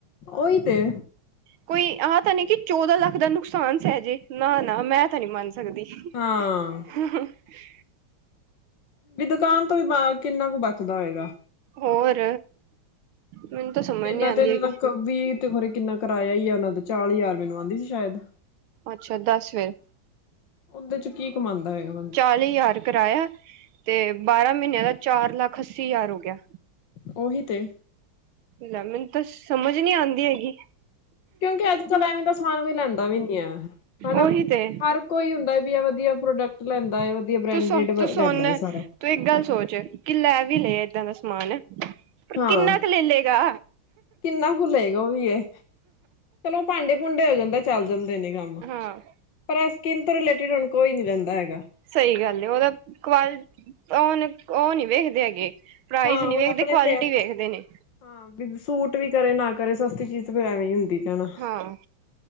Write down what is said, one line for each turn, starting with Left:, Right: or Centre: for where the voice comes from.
Left: ਓਈ, ਤੇ।
Right: ਕੋਈ ਆਹ, ਤਾਂ ਨਹੀਂ ਕਿ, ਚੌਦਾਂ ਲੱਖ, ਦਾ ਨੁਕਸਾਨ ਸਹਿਜੇ। ਨਾ- ਨਾ, ਮੈਂ ਤਾਂ ਨਹੀਂ, ਮੰਨ ਸਕਦੀ।
Left: ਹਾਂ
Right: <unintelligible>
Left: ਵੀ ਦੁਕਾਨ ਤੋਂ ਵੀਬਾਦ ਕਿੰਨਾ ਕੁ ਬਚਦਾ ਹੋਏਗਾ
Right: ਹੋਰ ਮੈਨੂੰ ਤਾਂ ਸਮਝ
Left: ਇਹਨਾਂ
Right: ਨੀ ਆਉਂਦੀ
Left: ਤੇ ਜਨਾ
Right: ਹੈਗੀ
Left: ਵੀਹ ਤੇ ਹੋਰੇ ਕਿੰਨਾ ਕੀਰਾਇਆ ਈ ਆ ਉਹਨਾਂ ਦਾ, ਚਾਲ ਹਜ਼ਾਰ ਮੈਨੂੰ ਆਉਂਦੀ ਸੀ ਸ਼ਾਇਦ
Right: ਅੱਛਾ, ਦਸ ਫੇਰ
Left: ਉਹਦੇ ਚ ਕੀ ਕਮਾਂਦਾ ਹੋਏਗਾ ਬੰਦਾ
Right: <unintelligible> ਆਲੇ ਯਾਰ ਕਰਾਇਆ ਤੇ ਬਾਰਾਂ ਮਹੀਨਿਆਂ ਦਾ ਚਾਰ ਲੱਖ ਅੱਸੀ ਹਜ਼ਾਰ ਹੋ ਗਿਆ
Left: ਉਹੀ, ਤੇ।
Right: ਲੈ ਮੈਨੂੰ ਤਾਂ, ਸਮਝ ਨੀ, ਆਂਦੀ ਹੈਗੀ।
Left: ਕਿਉਂਕਿ, ਅੱਜ ਕਲ ਐਵੇਂ ਦਾ ਸਮਾਨ, ਕੋਈ ਲੈਂਦਾ ਵੀ, ਨੀ ਹੈ। ਹਨਾ,
Right: ਉਹੀ ਤੇ
Left: ਹਰ ਕੋਈ ਹੁੰਦਾ ਵੀ, ਵਧੀਆਂ-ਵਧੀਆ ਪ੍ਰੋਡਕਟ ਲੈਂਦਾ ਹੈ। ਵਧੀਆ ਬ੍ਰੈਂਡਿਡ
Right: ਤੂੰ ਸੁਣ ਤੂੰ ਸੁਣ
Left: ਲੈਂਦਾ ਹੈ ਸਬ।
Right: ਤੂੰ, ਇੱਕ ਗੱਲ ਸੋਚ, ਕਿ ਲੈ ਵੀ, ਲੈ ਆ ਇਏਦਾਂ ਦਾ ਸਮਾਨ। ਪਰ
Left: ਹਾਂ
Right: ਕਿੰਨਾ, ਕੁ ਲੈ ਲੇਗਾ।
Left: ਕਿੰਨਾ ਕੁ ਲਏਗਾ ਉਹ ਵੀ ਇਹ ਚਲੋ ਭਾਂਡੇ- ਭੂੰਡੇ, ਹੋ ਜਾਂਦਾ ਏ। ਚੱਲ ਜਾਂਦੇ ਨੇ ਕੰਮ।
Right: ਹਾਂ
Left: ਪਰ ਸਕਿੰਨ ਤੋਂ, ਰਿਲੇਟਿਡ ਹੁਣ, ਕੋਈ ਨੀ ਲਹਿੰਦਾ ਹੈਗਾ।
Right: ਸਹੀ ਗੱਲ ਏ। ਉਹਦਾ ਕੁ, ਉਹਨ ਉਹ ਨਹੀਂ, ਵੇਖਦੇ ਹੈਗੇ। ਪ੍ਰਾਈਜ਼
Left: ਹਾਂ
Right: ਨੀ
Left: ਹੁਣ
Right: ਵੇਖਦੇ,
Left: ਆਪਣੇ
Right: ਕੁਆਲਿਟੀ
Left: ਫੇ
Right: ਵੇਖਦੇ ਨੇ।
Left: ਹਾਂ। ਵੀ ਸੂਟ ਵੀ, ਕਰੇ ਨਾ ਕਰੇ। ਸਸਤੀ ਚੀਜ਼ ਤੇ ਫੇਰ ਐਵੇਂ, ਹੀ ਹੁੰਦੀ ਕਹਿਣਾ।
Right: ਹਾਂ